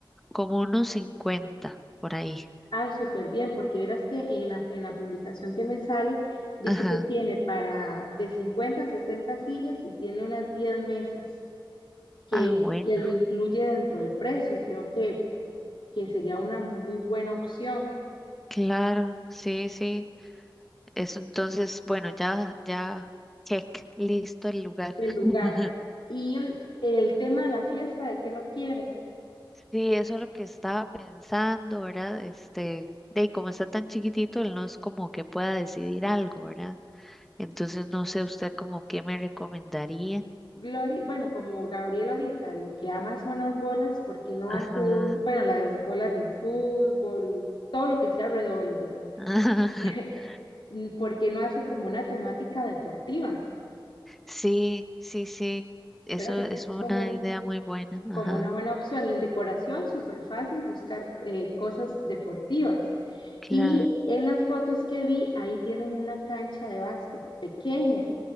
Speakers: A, in the centre; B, on the left (about 70°).
A: como unos cincuenta por ahí.
B: Ah, súper bien, porque verás que en la, en la publicación que me sale dice
A: Ajá.
B: que tiene para de 50 a 60 sillas y tiene unas 10 mesas que,
A: Ah, bueno,
B: que lo incluye dentro del precio y creo que, que sería una muy buena opción
A: claro, sí, sí. Eso entonces, bueno, ya, ya, check, listo el lugar.
B: el lugar.
A: <laughs>
B: Y mm, el tema de la fiesta, ¿de qué lo quiere?
A: Sí, eso es lo que estaba pensando, ¿verdad? Este, de y como está tan chiquitito, él no es como que pueda decidir algo, ¿verdad? Entonces no sé usted como qué me recomendaría.
B: Glory, bueno, como Gabriel ahorita, lo que ama son las bolas, porque no
A: Ajá.
B: hace un- bueno, las bolas de fútbol, todo lo que sea redondo,
A: <laughs>
B: <laughs> porque no hace como una temática deportiva,
A: Sí, sí, sí. Eso
B: ¿verdad?
A: es
B: Que es
A: una
B: como, un-
A: idea muy buena.
B: como
A: Ajá.
B: una buena opción. Y en decoración, súper fácil buscar eh, cosas deportivas.
A: Claro.
B: Y en las fotos que vi, ahí tienen una cancha de básquet pequeña.